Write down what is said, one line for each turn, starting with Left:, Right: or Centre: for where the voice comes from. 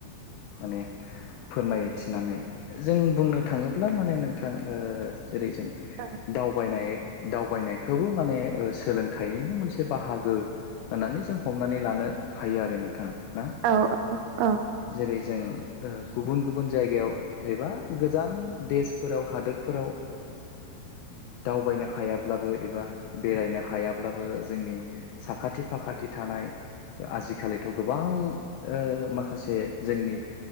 Left: माने फोरमाय थिनानै जों बुंनो थाङोब्ला माने नोंथां ओ जेरै जों
Right: औ
Left: दावबायनाय दावबायनायखौबो माने सो सोलोंथाइनिनो मोनसे बाहागो होननानै जों हमनानै लानो हायो आरो नोंथाङा ना
Right: औ औ
Left: जेरै जों गुबुन गुबुन जायगायाव एबा गोजान देशफोराव हादोर फोराव दावबायनो हायाब्लाबो एबा बेरायनो हा याब्लाबो जोंनि साखाथि फाखाथि थानाय आजिखालिथ' गोबां ओ माखासे जोंनि